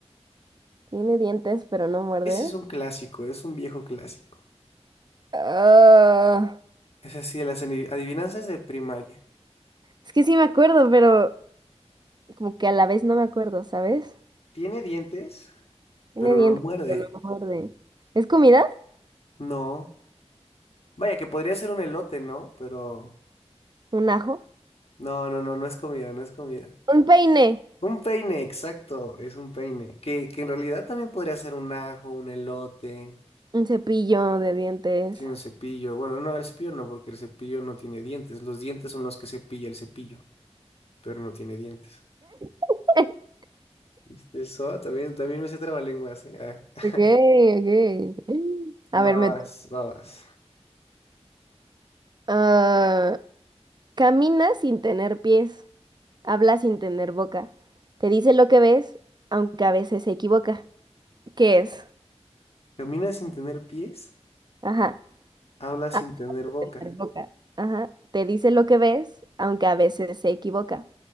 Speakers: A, on the right; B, on the left.
A: tiene dientes, pero no muerde.
B: Ese es un clásico, es un viejo clásico.
A: Ah,
B: Es así de las ani- adivinanzas de primaria.
A: es que sí me acuerdo, pero como que a la vez no me acuerdo, ¿sabes?
B: Tiene dientes,
A: Tiene
B: pero
A: dientes,
B: no muerde.
A: pero no muerde. ¿Es comida?
B: No. Vaya, que podría ser un elote, ¿no? Pero
A: ¿Un ajo?
B: no, no, no, no es comida, no es comida.
A: ¿Un peine?
B: Un peine, exacto, es un peine. Que, que en realidad también podría ser un ajo, un elote.
A: Un cepillo de dientes.
B: Sí, un cepillo. Bueno, no, el cepillo no, porque el cepillo no tiene dientes. Los dientes son los que cepilla el cepillo, pero no tiene dientes.
A: <laughs>
B: ¿Viste eso? Ah, También, también me sé trabalenguas, ¿eh? Ah.
A: Ok, ok.
B: <laughs>
A: A
B: Babas,
A: ver, me toca.
B: babas.
A: Ah, Camina sin tener pies, habla sin tener boca, te dice lo que ves, aunque a veces se equivoca. ¿Qué es?
B: Caminas sin tener pies,
A: Ajá,
B: hablas
A: habla
B: sin tener boca.
A: sin tener boca. Ajá, te dice lo que ves, aunque a veces se equivoca.